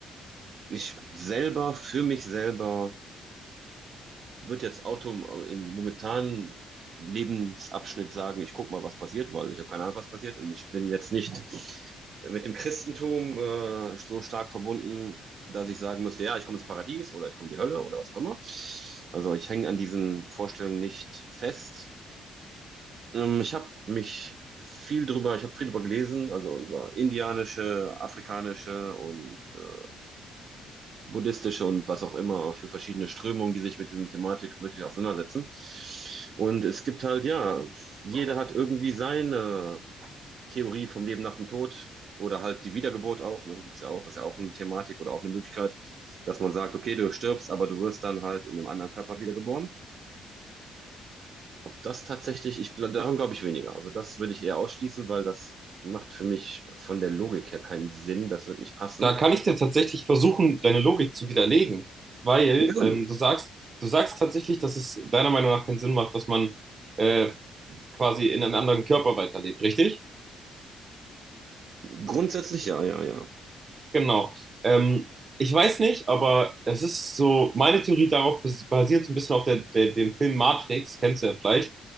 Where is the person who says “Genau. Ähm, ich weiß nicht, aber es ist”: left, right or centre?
Right